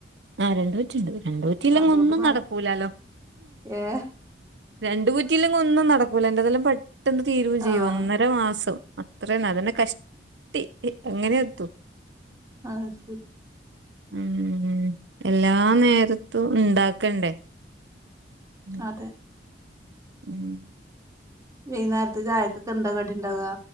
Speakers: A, on the right (about 80°); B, on the right (about 20°).
A: ആഹ് രണ്ട് കുറ്റി ഉണ്ട്. രണ്ട് കുറ്റില്ലെങ്ങെ
B: അതോണ്ട്
A: ഒന്നും
B: ഭാഗ്യം
A: നടക്കൂലാലോ
B: ഏഹ്
A: രണ്ട കുറ്റിയിലെങ്ക ഒന്നും നടക്കൂല. ന്റെ തെല്ലാം പെട്ടെന്ന് തീരുവയും ചെയ്യും.
B: ആഹ്
A: അങ്ങ് ഒരു മാസം അത്രന്നെ അതെന്നെ കഷ്ടി എങ്ങനെ എത്തും
B: ആഹ് ശരി
A: ഉം ഉം എല്ലാ നേരത്തും ഉണ്ടാക്കണ്ടേ ഉം.
B: അതെ
A: <inaudible>
B: വെയ്ന്നാരത്തെ ചായക്കൊക്കെന്ത കടിണ്ടാവ